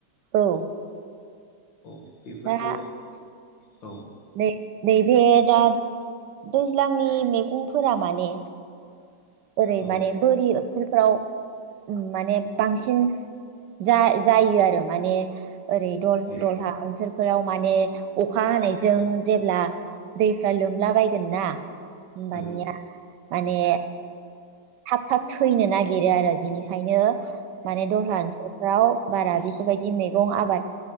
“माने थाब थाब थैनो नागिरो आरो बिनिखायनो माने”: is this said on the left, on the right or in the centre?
Right